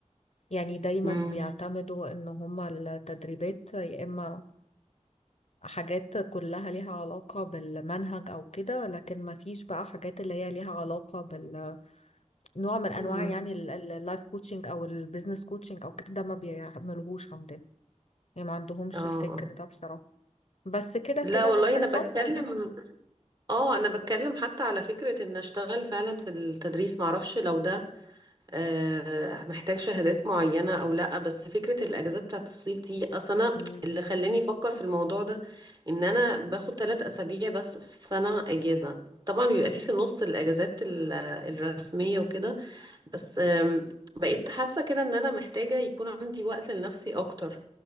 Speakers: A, on the left; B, on the right.
A: يعني دايما
B: امم
A: بيعتمدوا ان هما التدريبات يا اما حاجات كلها ليها علاقة بالمنهج او كده لكن ما فيش بقى حاجات اللي هي ليها علاقة بال نوع من انواع
B: مم.
A: يعني اللايف كوتشنج او البيزنس كوتشنج او كده ده ما بيعملوهوش عندنا يعني ما عندهمش
B: اه
A: الفكر
B: آه.
A: ده بصراحة بس كده
B: لا
A: كده
B: والله
A: مش هيخسر
B: انا بتكلم
A: يعني
B: اه انا بتكلم حتى على فكرة ان اشتغل فعلا في التدريس معرفش لو ده آه، محتاج شهادات معينة أو لأ بس فكرة الأجازات بتاعت الصيف دي أصلا أنا
A: مم.
B: اللي خلاني أفكر في الموضوع ده إن أنا باخد ثلاث أسابيع بس في السنة أجازة طبعا بيبقى في في النص الأجازات ال- الرسمية وكده بس آم، بقيت حاسة كده إن أنا محتاجة يكون عندي وقت لنفسي أكتر